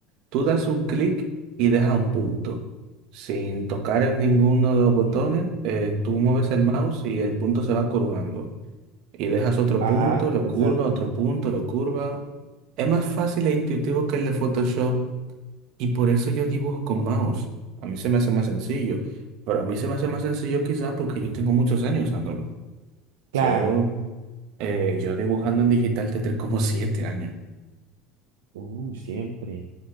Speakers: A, on the right; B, on the right.
A: Tú das un clic y dejas un punto. Sin tocar en ninguno de
B: Mm.
A: los botones, eh, tú mueves el mouse y el punto se va curvando. Y dejas otro
B: Ajá,
A: punto, lo
B: exacto.
A: curva, otro punto, lo curva. Es más fácil e intuitivo que el de Photoshop y por eso yo dibujo con mouse. A mí se me hace más sencillo. Pero a mí se me hace más sencillo quizás porque yo tengo muchos años usándolo. Yo,
B: Claro.
A: eh, yo dibujando en digital tendré como siete años.
B: Uh, siempre,